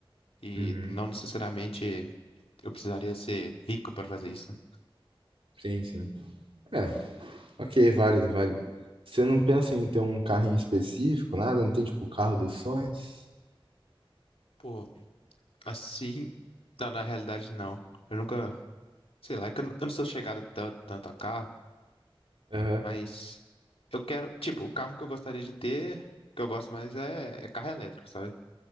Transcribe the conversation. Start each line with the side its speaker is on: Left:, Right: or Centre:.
Left: e
Right: uhum,
Left: não necessariamente eu precisaria ser rico pra fazer isso. né?
Right: Sim, sim. É, ok, válido, válido. Você não pensa em ter um carrinho específico, nada? Não tem, tipo, o carro dos sonhos?
Left: Pô, assim, não, na realidade não. Eu nunca, sei lá, é que eu não eu não sou chegado tanto, tanto a carro,
Right: Aham.
Left: mas eu quero, tipo, o carro que eu gostaria de ter, que eu gosto mais é, é carro elétrico, sabe?